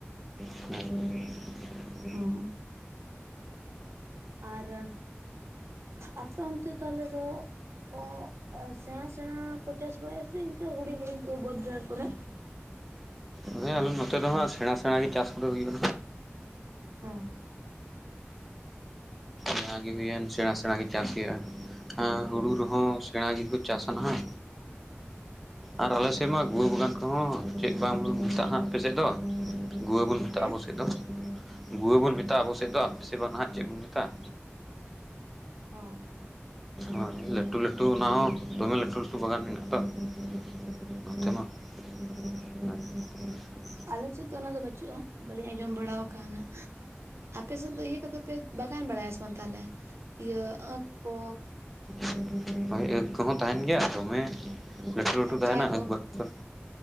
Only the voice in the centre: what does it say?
ᱦᱮᱸ
ᱦᱳᱭ ᱱᱚᱛᱮ ᱫᱚ ᱦᱟᱸᱜ ᱥᱮᱬᱟ ᱥᱮᱬᱟᱟᱜ ᱜᱮ ᱪᱟᱥ ᱠᱚᱫᱚ ᱦᱩᱭᱩᱜᱼᱟ
ᱡᱟᱦᱟᱸᱟ ᱜᱮ ᱦᱩᱭᱮᱱ ᱥᱮᱬᱟ ᱥᱮᱬᱟ ᱜᱮ ᱪᱟᱥ ᱦᱩᱭᱩᱜᱼᱟ ᱦᱩᱲᱩ ᱨᱮᱦᱚᱸ ᱥᱮᱬᱟ ᱜᱮᱠᱚ ᱪᱟᱥᱟ ᱱᱟᱦᱟᱜ ᱟᱨ ᱟᱞᱮ ᱥᱮᱫ ᱢᱟ ᱜᱩᱣᱟᱹ ᱵᱟᱜᱟᱱ ᱚᱦᱚᱸ ᱪᱮᱫ ᱵᱟᱝ ᱢᱮᱛᱟᱜᱼᱟ ᱟᱯᱮ ᱥᱮᱫ ᱫᱚ ᱜᱩᱣᱟᱹ ᱵᱚᱱ ᱢᱮᱛᱟᱜᱼᱟ
ᱟᱵᱚᱥᱮᱫ ᱫᱚ ᱜᱩᱣᱟᱹ ᱵᱚᱱ ᱢᱮᱛᱟᱜᱼᱟ ᱟᱵᱚ ᱥᱮᱫ ᱫᱚ ᱵᱮᱥᱤᱨ ᱵᱟᱝ ᱱᱟᱦᱟᱜ ᱪᱮᱫ ᱵᱚᱱ ᱢᱮᱛᱟᱜᱼᱟ
ᱦᱳᱭ ᱞᱟᱹᱴᱩ ᱞᱟᱹᱴᱩ ᱚᱱᱟ ᱦᱚᱸ ᱫᱚᱢᱮ ᱞᱟᱹᱴᱩ ᱞᱟᱹᱴᱩ ᱵᱟᱜᱟᱱ ᱢᱮᱱᱟᱜ ᱛᱚ᱾ <unintelligible>
<inaudible> ᱟᱸᱠ ᱠᱚᱦᱚᱸ ᱛᱟᱦᱮᱸᱱ ᱜᱮᱭᱟ ᱫᱚᱢᱮ ᱞᱟᱹᱴᱩ ᱞᱟᱹᱴᱩ
ᱛᱟᱦᱮᱸᱱᱟ
ᱟᱸᱠ ᱵᱟᱠ ᱠᱚ᱾